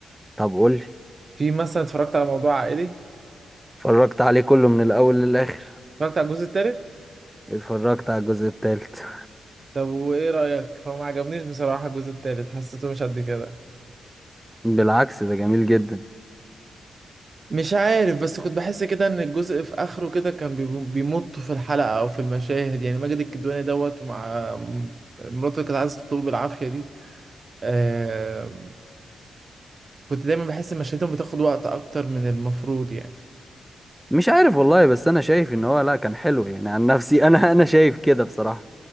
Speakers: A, in the centre; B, on the right.
A: طب قول لي
B: في مثلا اتفرجت على موضوع عائلي
A: اتفرجت عليه كله من الاول للاخر
B: اتفرجت على الجزء الثالث
A: اتفرجت على الجزء التالت
B: طب وايه رايك هو ما عجبنيش بصراحه الجزء الثالث حسيته مش قد كده
A: بالعكس ده جميل جدا
B: مش عارف بس كنت بحس كده ان الجزء في اخره كده كان بيم- بيمطوا في الحلقة او في المشاهد يعني ماجد الكدواني دوت ومع م- مراته اللي كانت عايزة تخطبه بالعافية دي آه كنت دايما بحس ان مشاهدهم بتاخد وقت اكتر من المفروض يعني
A: مش عارف والله بس انا شايف ان هو لا كان حلو يعني عن نفسي انا انا شايف كده بصراحة